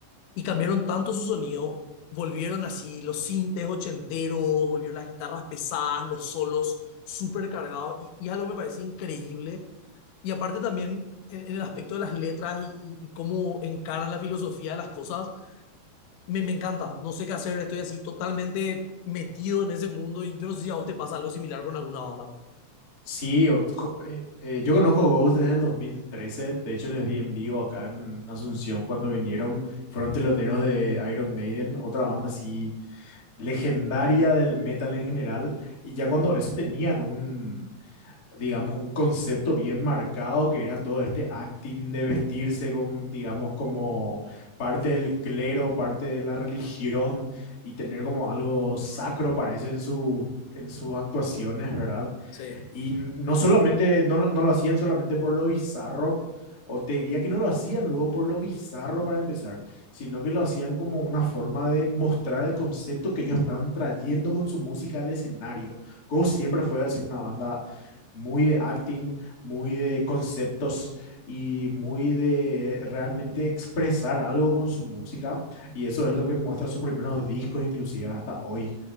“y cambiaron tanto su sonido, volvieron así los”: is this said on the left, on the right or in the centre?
Left